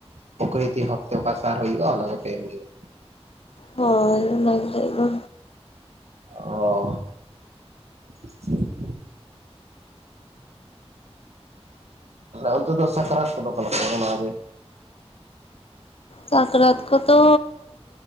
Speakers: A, on the right; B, on the left.
A: ᱯᱚᱠᱨᱤᱛᱤ ᱵᱷᱟᱵᱛᱮ ᱚᱠᱟ ᱥᱟᱨ ᱦᱩᱭᱩᱜᱼᱟ ᱚᱱᱟ ᱫᱚᱯᱮ ᱮᱢᱜᱮᱭᱟ᱾
B: ᱦᱚᱭ ᱚᱱᱟ ᱜᱮᱞᱮ ᱮᱢᱟ᱾
A: ᱚ᱾ <inaudible> ᱚᱱᱛᱮ ᱫᱚ ᱥᱟᱠᱨᱟᱛ ᱠᱚᱫᱚ ᱚᱠᱟᱞᱮᱠᱟ ᱠᱚ ᱢᱟᱱᱟᱣ ᱜᱮᱭᱟ?
B: ᱥᱟᱠᱨᱟᱛ ᱠᱚᱫᱚ